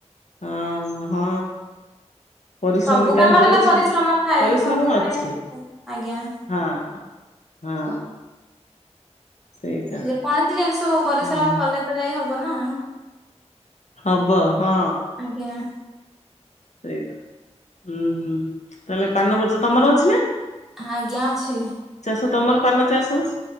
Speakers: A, on the left; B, in the centre.
A: ହଁ ହଁ। ପରିଶ୍ରମ
B: ସବୁ
A: ବି
B: କାମରେ
A: ତା ଭିତରେ
B: ତ
A: ଅଛି
B: ପରିଶ୍ରମ ଥାଏ
A: ପରିଶ୍ରମ
B: ସବୁଥିରେ
A: ଅଛି।
B: ଆଜ୍ଞା
A: ହଁ ହଁ। ସେଇଟା
B: ଯେ କୌଣସି ଜିନିଷ ହଉ ପରିଶ୍ରମ
A: ହୁଁ।
B: କଲେ ତ ଯାଇ ହବ ନା।
A: ହବ ହଁ।
B: ଆଜ୍ଞା
A: <unintelligible> ହୁଁ ହୁଁ ତାହେଲେ ପାନ <unintelligible> ତମର ଅଛି ନା?
B: ହଁ ଆଜ୍ଞା ଅଛି।
A: ଚାଷ ତମର ପାନ ଚାଷ ହଉଚି